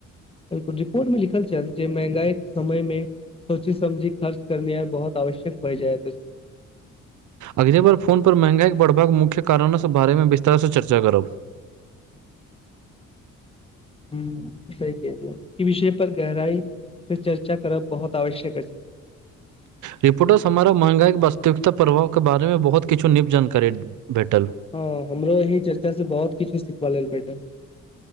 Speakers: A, on the left (about 20°); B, on the right (about 75°).
A: बिलकु रिपोर्ट मे लिखल छथ जे महंगाई के समय मे सोची समझी खर्च करनिहार बहुत आवश्यक भ जाएत अछि।
B: अगली बार फोन पर महंगाई के बढ़बाक मुख्य कारणो बारे मे विस्तार से चर्चा करब।
A: ह सही कहलयौ ई विषय पर गहराई से चर्चा करब बहुत आवश्यक अछि।
B: रिपोर्टर् हमारा महंगगाईके वास्तविकता प्रभावके बारेमे बहुत किछु नीक जानकारी भेटल।
A: हँ हमरो यही चर्चा से बहुत किछु सिखब लेल भेटल।